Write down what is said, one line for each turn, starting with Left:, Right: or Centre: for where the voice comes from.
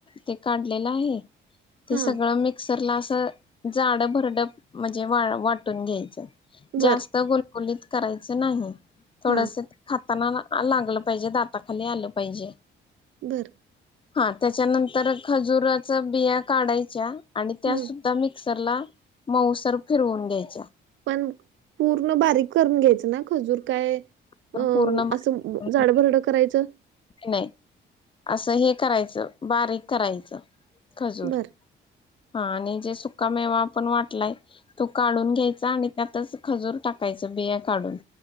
Left: ते काढलेलं आहे. ते
Right: हा
Left: सगळ मिक्स रला असं जाड भरड म्हणजे वा वाटून घ्यायचं.
Right: बर
Left: जास्त गोलगलीत. करायचं नाही. थोडस
Right: हा.
Left: खात त नाना. लागलं पाहिजे दाताखाली आलं पाहिजे.
Right: बरं.
Left: हा त्याच्यानंतर खजुराच बिया काढायच्या. आणि त्या
Right: हम्म
Left: सुद्धा मिक्स र ला मऊसर फिरवून घ्यायच्या.
Right: पण पूर्ण बारीक करून घ्यायच. ना खजूर काय अ
Left: तर पूर्ण बारीक
Right: असं झाडभरड करायचं.
Left: नाही असं हे करायचं बारीक करायचं. खजूर.
Right: बर
Left: हा आणि जे सुका मेवा आपण वाटलाय तो काढून घ्यायचा, आणि त्यातच खजूर टाकायचं बिया काढून.